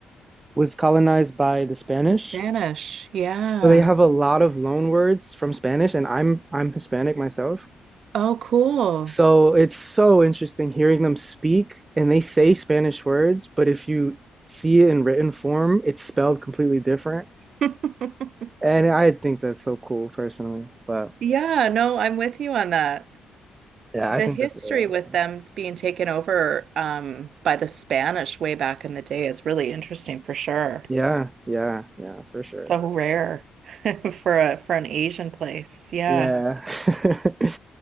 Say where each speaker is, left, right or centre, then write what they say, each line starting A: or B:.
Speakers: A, on the right; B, on the right.
A: was colonized by the Spanish.
B: Spanish. Yeah.
A: So they have a lot of loan words from Spanish, and I'm I'm Hispanic myself,
B: Oh, cool.
A: So it's so interesting hearing them speak, and they say Spanish words, but if you see it in written form, it's spelled completely different.
B: <laughs>
A: And I think that's so cool personally. But
B: Yeah, no, I'm with you on that.
A: yeah,
B: The
A: I think
B: history
A: that's really awesome.
B: with them being taken over um, by the Spanish way back in the day is really interesting for sure.
A: Yeah, yeah, yeah, for sure.
B: So rare <laughs> for a for an Asian place. Yeah.
A: Yeah. <laughs>